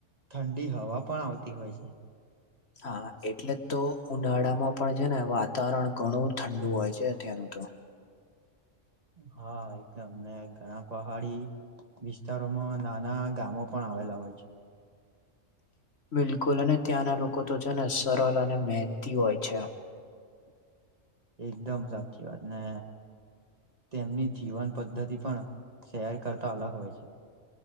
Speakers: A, on the right (about 30°); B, on the left (about 55°).
A: થંડી હવા પણ આવતી હોય છે.
B: હા એટલે જ તો ઉનાળામાં પણ છે ને વાતાવરણ ઘણું થંડુ હોય છે ત્યાંનું તો
A: હા એકદમ ને ઘણા પહાડી વિસ્તારોમાં નાના ગામો પણ આવેલા હોય છે.
B: બિલકુલ અને ત્યાંના લોકો તો છે ને સરલ અને મેહનતી હોય છે.
A: <inaudible> એકદમ સાચી વાત ને તેમની જીવન પદ્ધતિ પણ શહેર કરતા અલગ હોય છે.